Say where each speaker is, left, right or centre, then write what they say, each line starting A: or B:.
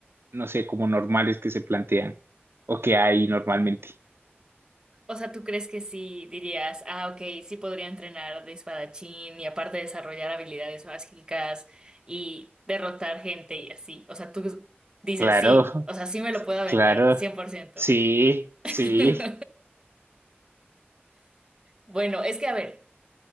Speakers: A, on the right; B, on the right.
A: no sé, como normales que se plantean o que hay normalmente.
B: O sea, ¿tú crees que sí dirías, ah, ok, sí podría entrenar de espadachín y aparte desarrollar habilidades mágicas y derrotar gente y así? O sea, tú dices,
A: Claro,
B: sí, o sea, sí me lo puedo aventar,
A: claro.
B: 100%.
A: Sí, sí.
B: <laughs> Bueno, es que a ver.